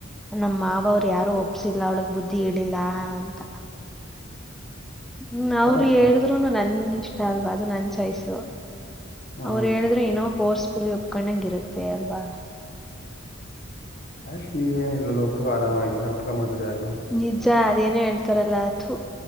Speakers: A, in the centre; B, on the left.
A: ನಮ್ಮ ಮಾವ ಅವ್ರು ಯಾರು ಒಪ್ಸಿಲ್ಲ ಅವಳಗ್ ಬುದ್ಧಿ ಹೇಳಿಲ್ಲ ಅಂತ. ಹ್ಮ್ ಅವರು
B: ಕರೆಕ್ಟ್
A: ಹೇಳಿದ್ರುನು ನನ್ ಇಷ್ಟ ಅಲ್ವಾ ಅದು ನನ್ ಚಾಯ್ಸು.
B: ಹ್ಮ್
A: ಅವ್ರು ಹೇಳಿದ್ರೆ ಏನೋ ಫೋರ್ಸ್ಫುಲ್ಲಿ ಒಪ್ಕೊಂಡಂಗ ಇರುತ್ತೆ ಅಲ್ವಾ.
B: ಅ ಈಗ ಏನಿಲ್ಲ <unintelligible> ಆರಾಮಾಗಿ ಒಪ್ಪ್ಗೊ ಮದ್ವೆ ಆಗು.
A: ನಿಜಾ ಅದೇನೇ ಹೇಳ್ತಾರಲ್ಲಾ ಥೂ.